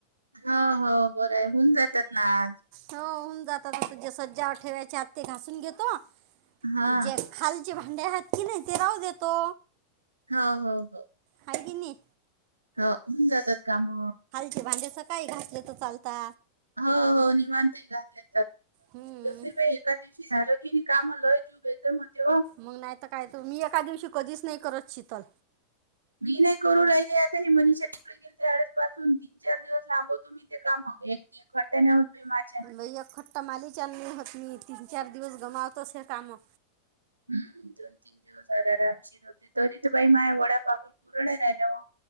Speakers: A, on the right (about 85°); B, on the right (about 45°).
A: हो हो बरं हाय हुन जात्यात ना आज.
B: हो हुन जाता ज जे सज्जावर ठेवायचे आत् ते घासून घेतो, आन
A: हा
B: जे खालचे भांडे् हायत की नी ते राहू देतो.
A: हो हो हो,
B: हाय की नाही
A: हो हुन जातात काम.
B: ते भांडे सकाळी घासलं तर चालता.
A: हो हो <unintelligible> एका
B: हम्म
A: दिवशी झालं की नी काम लय जाऊ बेद मतेव.
B: मग नाही तर काय, तू मी एका दिवशी कधीच नाही करत शितल.
A: मी नाही करू राहिले आता हे मनीषा तिकडे शाळेस पासून तीन चार दिवस लांबवतो मी ते काम एक खट्या होत माझ
B: लय एक खट्टा मालीचली होत मी तीन चार दिवस गमावतोस हे काम.
A: हम्म दोन तीन दिवस अरारा तरी ते बाई माझ वड्यापाकड पुरड राहिल्या वो.